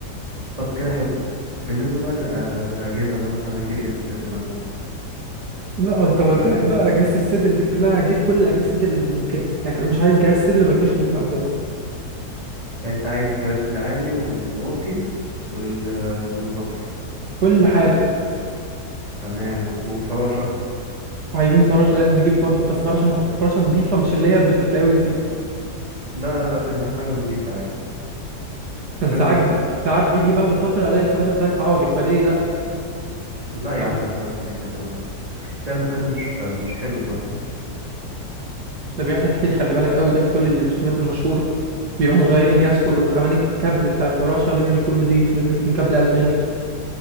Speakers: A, on the right (about 20°); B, on the right (about 70°).
A: طب كده حلو بالنسبه بقى لل- آه، للاجهزه بقى مثلا هنجيب ايه الصدر مثلا
B: لا ما انت قلت
A: او كام
B: لك
A: جهاز
B: بقى اجهزه الصدر دي كلها هنجيب كل اجهزه الصدر اللي ممكنه يعني انا مش عايز جهاز صدر ما يكونش موجود عندنا
A: يعني انت عايز جهاز لعالي والواطي والمنتصف
B: كل حاجه
A: تمام وفراشه
B: عايزين فراش لازم نجيب برضو بس فراشه مح- فراشه نظيفه مش اللي هي بتتعوج دي
A: لا لا لا عايزين حاجه نضيفه يعني
B: عشان
A: عشان
B: ساعات
A: تعيش
B: بي...
A: كمان
B: ساعات بيجي بعد فتره الاقي الفراشه بتاعتي اتعوجت فليه لا
A: لا
B: فاهم؟
A: يا عم نتعبك ليه كده يا عم تلاقي مكان مش مش حلو مثلا
B: ده بيحصل كتير خلي بالك قوي ده في كل الجيمات المشهوره بيروحوا مغيرين الجهاز كله وكمان الكابل بتاع الفراشه لازم يكون نضيف لازم يكون كابل الماني